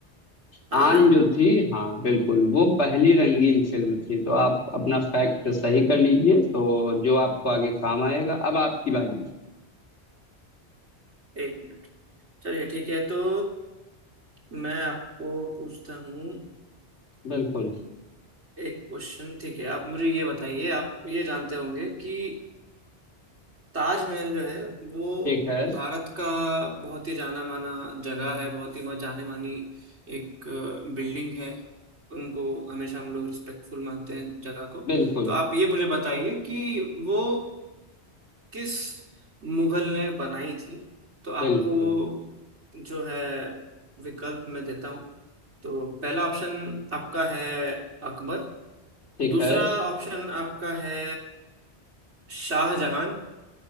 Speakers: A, on the left; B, on the right.
A: आन
B: आन
A: जो थी हाँ बिल्कुल वो पहली रंगीन फिल्म थी तो आप अपना फैक्ट सही कर लीजिए तो जो आपको आगे काम आएगा अब आपकी बारी
B: एक मिनट चलिए ठीक है तो मैं आपको पूछता हूँ
A: बिल्कुल
B: एक क्वेश्चन ठीक है आप मुझे ये बताइए आप ये जानते होंगे कि ताजमहल जो है वो
A: ठीक है
B: भारत का बहुत ही जाना माना जगह है बहुत ही जाने मानी एक बिल्डिंग है उनको हमेशा हम लोग रिस्पेक्टफुल मानते हैं जगह को
A: बिल्कुल
B: तो आप ये मुझे बताइए कि वो किस मुगल ने बनाई थी तो
A: बिल्कुल
B: आपको जो है विकल्प मैं देता हूँ तो पहला ऑप्शन आपका है अकबर
A: ठीक
B: दूसरा
A: है
B: ऑप्शन आपका है शाहजहां